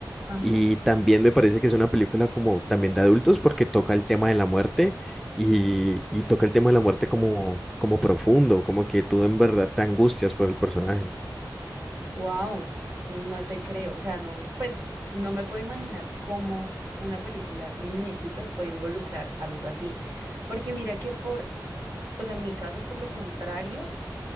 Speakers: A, on the right (about 45°); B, in the centre.
A: Ajá.
B: y también me parece que es una película como también de adultos porque toca el tema de la muerte y, y toca el tema de la muerte como, como profundo, como que tú en verdad te angustias por el personaje.
A: Wow, no te creo. O sea, no, pues no me puedo imaginar cómo una película así de muñequitos puede involucrar algo así. Porque mira que por, o sea, en mi caso, por lo contrario.